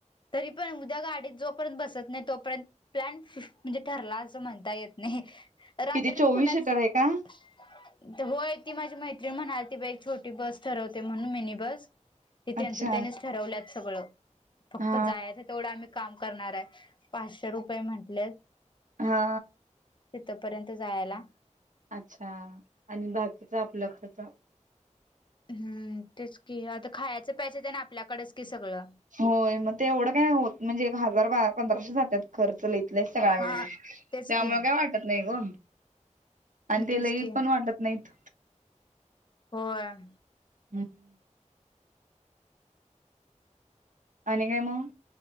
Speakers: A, on the left; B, on the right.
A: तरी पण उद्या गाडीत जोपर्यंत बसत नाही तोपर्यंत प्लॅन म्हणजे ठरला असं म्हणता येत नाही. रात्रीत
B: किती चोवीस
A: कुणाच--टिन
B: सीटर आहे का?
A: टिन होय ती माझी मैत्री म्हणाली ती बा एक छोटी बस ठरवते म्हणून मिनी बस ते
B: अच्छा
A: त्यांचं त्यानीच ठरवलंत सगळं. फक्त
B: हा
A: जायचं तेवढं आम्ही काम करणार आहे पाचशे रुपये म्हटलेत.
B: हा.
A: तिथपर्यंत जायला.
B: अच्छा आणि बाकीच आपला खर्च.
A: हम्म तेच कि आता खायचं प्याजच आहे त्यान आपल्याकडेच कि सगळं.
B: होय मग ते एवढं काय होत म्हणजे हजार पंधराशे जातात खर्च लईत लई. त्यामुळे
A: हा तेच की
B: काय वाटत नाही ग. आणि ते
A: तेच
B: लई
A: की
B: पण वाटत नाहीत.
A: होय.
B: हम्म. आणि काय मग